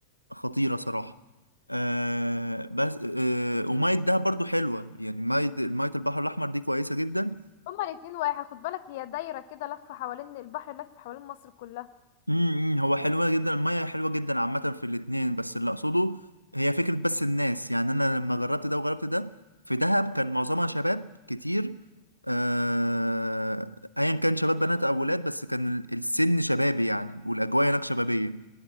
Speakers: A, on the right (about 80°); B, on the left (about 50°).
A: خطيرة صراحة آه بس آه ومية دهب برضو حلوة يعني مية مية البحر الأحمر دي كويسة جدا
B: هما الاتنين واحد خد بالك هي دايرة كده لفة حوالين البحر لف حوالين مصر كلها
A: امم هو حلوة جدا المية حلوة جدا عامة في الاتنين بس اللي أقصده هي فكرة بس الناس يعني أنا لما جربت ده وجربت ده في دهب كان معظمها شباب كتير آه، أيا كان شباب بنات أو ولاد بس كان ال- السن شبابي يعني والأجواء هناك شبابية